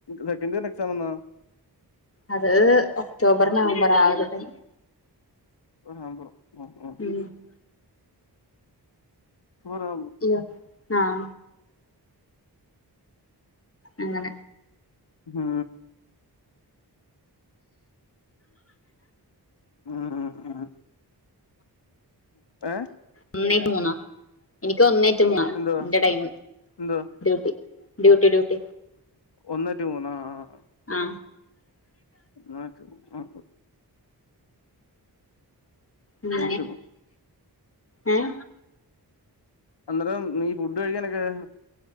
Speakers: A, on the left; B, on the left.
A: സെക്കൻ് ഇയറിന് എക്സാം വന്നോ
B: അത് ഒക്ടോബർ നവംബർ ആവട്ടെ
A: ആ
B: ഉം
A: സുമ
B: ഇോ ആഹ അങ്ങനെ
A: ഹം ആഹ ഏ
B: ഒന്നേറ്റ മൂന്നാ എനിക്ക് ഒന്നേറ്റ മൂന്നാ
A: എന്തുവാ
B: എന്റെ ടൈമിൽ
A: എന്തുവാ
B: ഡ്യൂട്ടി ഡ്യൂട്ടി ഡ്യൂട്ടി
A: ഒന്ന് ടു മൂന്ന് ആ
B: ആ
A: ആക്ക ആ
B: ഉ
A: ഒന്ന് ടു
B: ആഹ
A: അന്നേരം നീഈ ഫുഡ് കഴിക്കാനൊക്കെ